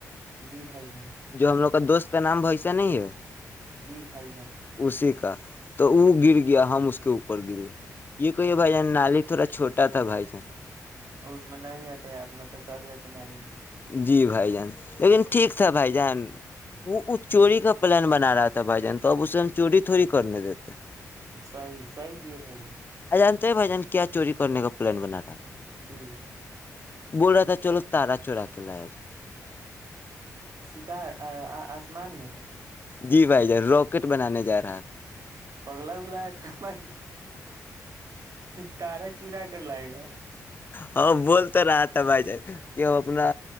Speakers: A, on the right; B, on the left.
A: جی بھائی جان
B: جو ہم لوگ دوست کا نام ویسا نہیں ہے
A: جی بھائی جان
B: اسی کا تو وہ گر گیا ہم اس کے اوپر گرئے یہ کہیے بھائی جان نالی تھوڑا چھوٹ تھا بھائی جا
A: اس میں نہ ہٹے آب نہ تو چل جاتے نالی میں
B: جی بھائی جان لیکن ٹھیک تھا بھائی جان وہ اس چوری کا پلان بنا رہا تھا بھائی جان تو اب اسے ہم چوری تھوڑی کرنے دیتے
A: ساہ ساہی کی ہے بھائی جان
B: جانتے بھائی جان کیا چوری کرنے کا پلان بنا رہا تھا <inaudible>
A: جی
B: بلاا تھا چلو تارا چورا کے لیا جائے <inaudible>
A: ستار آسمان میں کا
B: جی بھائی جان راکٹ بنانے جا رہا تھا
A: پگلا اگلا ہے کام تار چرا کر لائے گا
B: ہاں بول تو رہا تھا بھائی جان کہ وہ اپنا